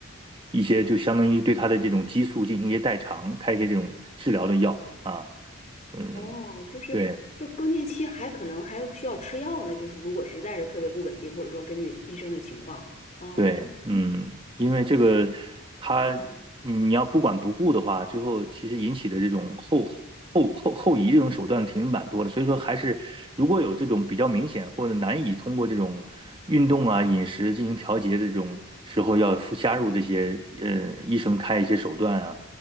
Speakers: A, on the right (about 25°); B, on the left (about 35°).
A: 一些就相当于对他的这种激素进行一些代偿，开一些这种治疗的药啊，嗯。
B: 哦，就是就更年期还可能还需要吃药呢，
A: 对，
B: 就是如果实在是特别不稳定，或者说根据医生的情况。哦，
A: 对，
B: 这
A: 嗯，因为这个，它你要不管不顾的话，最后其实引起的这种后后后后移这种手段其实蛮多的。所以说，还是如果有这种比较明显或者难以通过这种运动啊、饮食进行调节的这种时候，要附加入这些呃医生开一些手段啊，